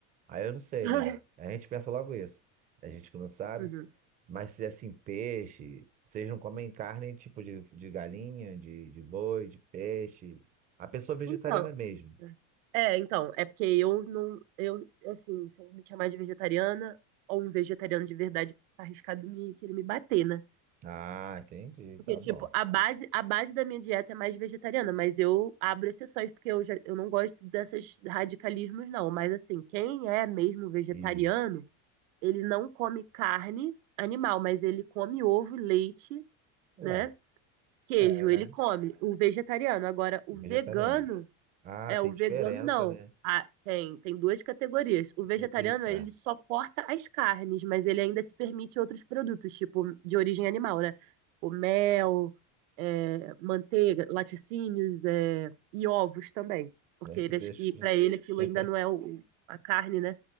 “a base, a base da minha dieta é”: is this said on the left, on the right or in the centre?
Right